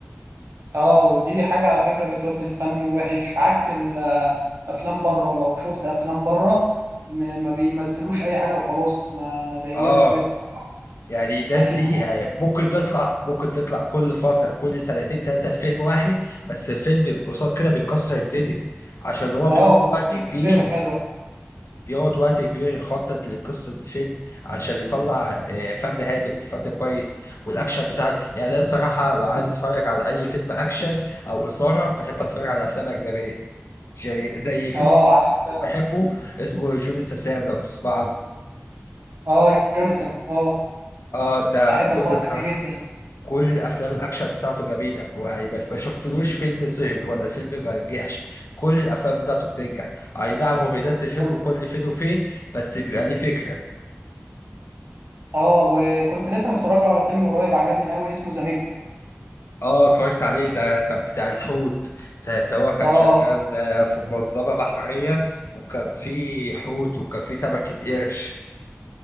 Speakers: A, on the right; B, on the left.
A: اه ودي حاجة على فكرة بتودي الفن وحش عكس الأفلام بره لو شفت أفلام بره م- ما بيمثلوش أي حاجة وخلاص ما زي
B: آه
A: ويل سميث
B: يعني الناس
A: أكيد
B: دي يعني ممكن تطلع ممكن تطلع كل فترة كل سنتين ثلاثة في فيلم واحد بس الفيلم قصاد كده بيكسر الدنيا عشان هو
A: اه
B: بياخد
A: وبتكون
B: وقت كبير
A: فكرته حلوة
B: بيقعد وقت كبير يخطط لقصة فيلم عشان يطلع آه، فن هادف فن كويس والأكشن بتاعه يعني أنا الصراحة لو عايز أتفرج على أي فيلم أكشن أو إثارة بحب أتفرج على أفلام أجنبية زي زي فيلم
A: اه عارف
B: بحبه اسمه جون السسام لو تسمع عنه
A: اه جونسون اه
B: اه ده
A: بحب
B: كل
A: أتفرج
B: الصراحة
A: عليه جدا
B: كل الأفلام الأكشن بتاعته جميلة هو يعني ما ما شفتلوش فيلم سقط ولا فيلم ما نجحش كل الأفلام بتاعته بتنجح أي نعم هو بينزل فيلم
A: كنت
B: كل فين وفين بس بيبقى ليه فكرة
A: اه وكنت لسه متفرج له على فيلم قريب عجبني قوي اسمه ذا ميج
B: اه اتفرجت عليه ده كان بتاع الحوت ساعة لو هو كان
A: اه
B: شغال آه، في منظمة بحرية وكان في حوت وكان في سمكة قرش